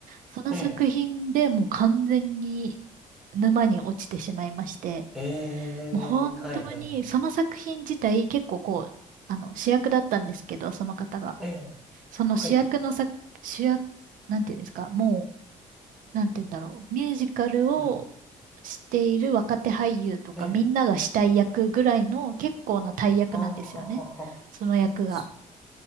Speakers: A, on the right; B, in the centre.
A: その作品でもう完全に
B: ええ
A: 沼に落ちてしまいまして、
B: ええ、
A: もう本当にその作品自体結構こう、
B: はいはいはい。
A: あの主役だったんですけど、その方が。
B: ええ、
A: その主役の作、
B: はい。
A: 主役、なんていうんですか、もう、なんていうんだろう、ミュージカルを
B: うん。
A: している若手俳優とかみんながしたい役ぐらいの結構な大役なんですよね。
B: ええ、ああ、あ
A: その役が。
B: そ